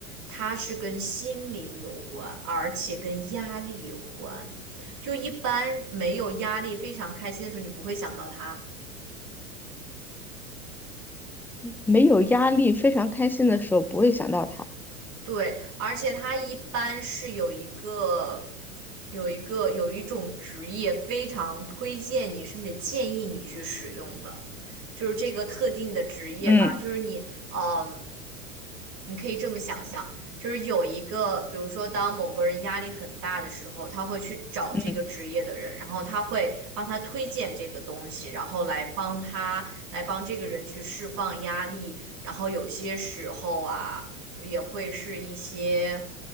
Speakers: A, on the right (about 45°); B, in the centre.
A: 它是跟心灵有关，而且跟压力有关。就一般没有压力、非常开心的时候，你不会想到它。
B: 没有压力，非常开心的时候不会想到它。
A: 对，而且它一般是有一个、有一个、有一种职业非常推荐你，甚至建议你去使用的，就是这个特定的职业吧。
B: 嗯
A: 就是你，嗯、你可以这么想象，就是有一个，比如说，当某个人压力很大的时候，他会去找这个职业的人，
B: 嗯，
A: 然后他会帮他推荐这个东西，然后来帮他，来帮这个人去释放压力。然后有些时候啊，也会是一些，